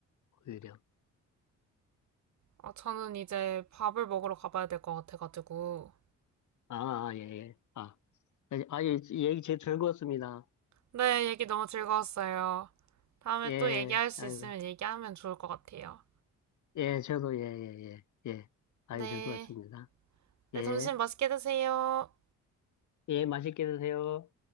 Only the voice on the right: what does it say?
아, 저는 이제 밥을 먹으러 가봐야 될 것 같아가지고.
네, 얘기 너무 즐거웠어요. 다음에
또 얘기할 수
있으면 얘기하면 좋을 것 같아요.
네.
네,
점심 맛있게 드세요.